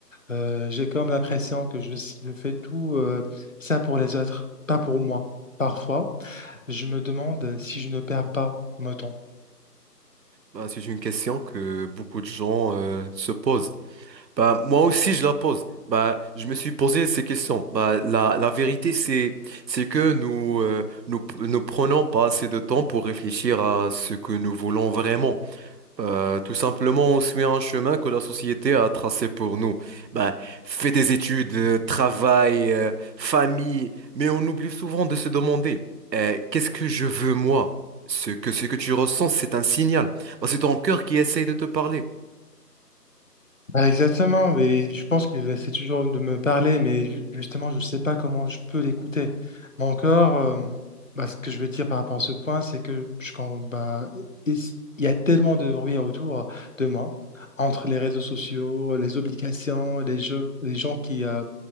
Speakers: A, on the left; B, on the right.
A: Euh, j'ai comme l'impression que je, je fais tout euh, ça pour les autres, pas pour moi. Parfois, je me demande si je ne perds pas mon temps.
B: Bah, c'est une question que beaucoup de gens euh, se posent. Bah, moi aussi, je la pose. Bah, je me suis posé ces questions. Bah, la, la vérité, c'est, c'est que nous, euh, nous, ne prenons pas assez de temps pour réfléchir à ce que nous voulons vraiment. Bah, tout simplement, on suit un chemin que la société a tracé pour nous. Bah, fais des études, euh, travail, euh, famille, mais on oublie souvent de se demander, euh, qu'est-ce que je veux moi? Ce que, ce que tu ressens, c'est un signal. Bah, c'est ton cœur qui essaye de te parler.
A: Bah, exactement, mais je pense qu'il essaie toujours de me parler, mais ju- justement, je ne sais pas comment je peux l'écouter. Mais encore, euh, bah, ce que je veux dire par rapport à ce point, c'est que je, quand, bah, il s- il y a tellement de bruit autour de moi, entre les réseaux sociaux, les obligations, les jeux, les gens qui, euh,